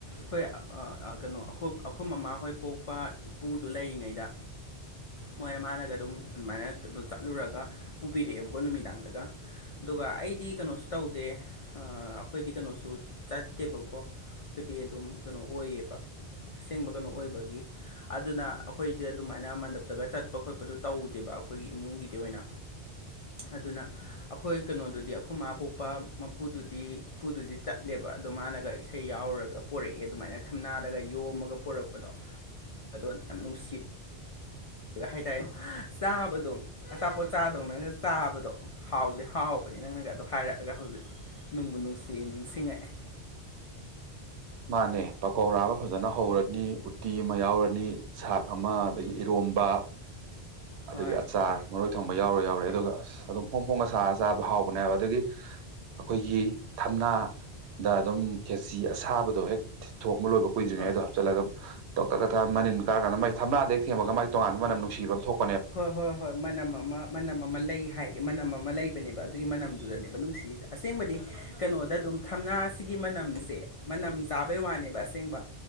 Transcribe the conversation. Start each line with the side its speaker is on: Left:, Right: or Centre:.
Left: ꯈꯣꯏ ꯑꯥ ꯑꯥ ꯀꯩꯅꯣ ꯑꯈꯣ ꯑꯩꯈꯣꯏ ꯃꯥꯃꯥ ꯍꯣꯏ ꯄꯣꯛꯄ ꯏꯄꯨꯗꯨ ꯂꯩꯔꯤꯉꯩꯗ ꯃꯣꯏ ꯃꯥꯅꯒ ꯑꯗꯨꯝ ꯑꯗꯨꯃꯥꯏꯅ ꯀꯩꯅꯣ ꯀꯠꯂꯨꯔꯒ ꯄꯨꯕꯤꯔꯛꯑꯦꯕꯀꯣ ꯅꯨꯃꯤꯗꯥꯡꯗꯒ ꯑꯗꯨꯒ ꯑꯩꯗꯤ ꯀꯩꯅꯣꯁꯨ ꯇꯧꯗꯦ ꯑꯥ ꯑꯩꯈꯣꯏꯗꯤ ꯀꯩꯅꯣꯁꯨ ꯆꯠꯇꯦꯕꯀꯣ ꯈꯣꯏꯗꯤ ꯑꯗꯨꯝ ꯀꯩꯅꯣ ꯑꯣꯏꯌꯦꯕ ꯑꯁꯦꯡꯕ ꯀꯩꯅꯣ ꯑꯣꯏꯕꯒꯤ ꯑꯗꯨꯅ ꯑꯩꯈꯣꯏꯗꯤ ꯑꯗꯨꯃꯥꯏꯅ ꯃꯟꯗꯞꯇꯒ ꯆꯠꯄ ꯈꯣꯠꯄꯗꯣ ꯇꯧꯗꯦꯕ ꯑꯩꯈꯣꯏꯒꯤ ꯏꯃꯨꯡꯒꯤꯗꯤ ꯑꯣꯏꯅ ꯑꯗꯨꯅ ꯑꯩꯈꯣꯏ ꯀꯩꯅꯣꯗꯨꯗꯤ ꯑꯩꯈꯣꯏ ꯃꯥ ꯄꯣꯛꯄ ꯃꯄꯨꯗꯨꯗꯤ ꯏꯄꯨꯗꯨꯗꯤ ꯆꯠꯂꯦꯕ ꯑꯗꯣ ꯃꯥꯅꯒ ꯏꯁꯩ ꯌꯥꯎꯔꯒ ꯄꯣꯔꯛꯑꯦ ꯑꯗꯨꯃꯥꯏꯅ ꯊꯝꯅꯥꯗꯒ ꯌꯣꯝꯃꯒ ꯄꯣꯔꯛꯄꯗꯣ ꯑꯗꯣ ꯌꯥꯝ ꯅꯨꯡꯁꯤ ꯑꯗꯨꯒ ꯍꯥꯏꯇꯥꯔꯦ ꯆꯥꯕꯗꯧ ꯑꯆꯥꯄꯣꯠ ꯆꯥꯗꯧꯅꯒ ꯆꯥꯕꯗꯣ ꯍꯥꯎꯗꯤ ꯍꯥꯎꯕꯅꯤ ꯅꯪꯅꯒ ꯑꯗꯣ ꯍꯥꯏꯔꯛꯑꯒ ꯍꯧꯖꯤꯛ ꯅꯨꯡꯕꯨ ꯅꯨꯡꯁꯤ ꯅꯤꯡꯁꯤꯡꯉꯛꯑꯦ
Right: ꯃꯥꯅꯦ ꯄꯀꯧꯔꯥ ꯑꯃ ꯐꯖꯅ ꯍꯧꯔꯅꯤ ꯎꯇꯤ ꯑꯃ ꯌꯥꯎꯔꯅꯤ ꯁꯥꯥꯛ ꯑꯃ ꯑꯗꯒꯤ ꯏꯔꯣꯝꯕ ꯑꯗꯒꯤ
Left: ꯍꯣꯏ
Right: ꯑꯆꯥꯔ ꯃꯔꯣꯏ ꯊꯣꯡꯕ ꯌꯥꯎꯔ ꯌꯥꯎꯔꯦ ꯑꯗꯨꯒ ꯑꯁ ꯑꯗꯨꯝ ꯐꯣꯡ ꯐꯣꯡꯒ ꯁꯥꯥꯔꯒ ꯆꯥꯕ ꯍꯥꯎꯕꯅꯦꯕ ꯑꯗꯨꯒꯤ ꯑꯩꯈꯣꯏꯒꯤ ꯊꯝꯅꯥ ꯗ ꯑꯗꯨꯝ ꯈꯦꯆꯤ ꯑꯁꯥꯕꯗꯣ ꯍꯦꯛ ꯊꯣꯛꯃ ꯂꯣꯏꯕ ꯀꯨꯏ꯭ꯗꯔꯤꯉꯩꯗꯣ
Left: ꯍꯣꯏ
Right: ꯍꯥꯞꯆꯤꯜꯂꯒ ꯇꯛ ꯇꯛ <unintelligible> ꯃꯅꯤꯟ ꯀꯥꯔꯀꯥꯟꯗ ꯃꯥꯏ ꯊꯝꯅꯥꯗ ꯊꯦꯡꯕꯒ ꯃꯥꯏ ꯇꯣꯉꯥꯟꯕ ꯃꯅꯝ ꯅꯨꯡꯁꯤꯕ ꯑꯃ ꯊꯣꯛ
Left: ꯍꯣꯏ ꯍꯣꯏ ꯍꯣꯏ ꯃꯅꯝ ꯑꯃ ꯃꯅꯝ ꯑꯃ ꯂꯩ ꯍꯥꯏ ꯃꯅꯝ ꯑꯃ ꯂꯩꯕꯅꯦꯕ ꯑꯗꯨꯒꯤ ꯃꯅꯝꯗꯨꯗꯅꯦꯕ ꯅꯨꯡꯁꯤꯁꯦ ꯑꯁꯦꯡꯕꯗꯤ ꯀꯩꯅꯣꯗ ꯑꯗꯨꯝ ꯊꯝꯅꯥꯁꯤꯒꯤ ꯃꯅꯝꯁꯦ ꯃꯅꯝ ꯆꯥꯕꯩ ꯋꯥꯅꯦꯕ ꯑꯁꯦꯡꯕ